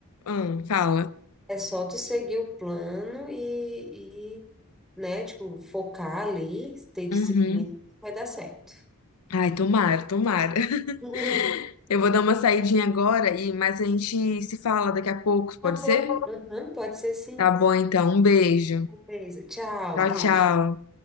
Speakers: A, on the left (about 80°); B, in the centre.
A: Hum, fala.
B: é só tu seguir o plano e, e, né, tipo, focar ali, ter disciplina,
A: Uhum.
B: vai dar certo.
A: Ai, tomara, tomara. <laughs>
B: <laughs>
A: Eu vou dar uma saidinha agora, e mas a gente se fala daqui a pouco,
B: Tá
A: pode
B: bom,
A: ser?
B: Aham, pode ser sim.
A: Tá bom, então. Um beijo.
B: Beleza. Tchau,
A: Tchau,
B: beijo.
A: tchau.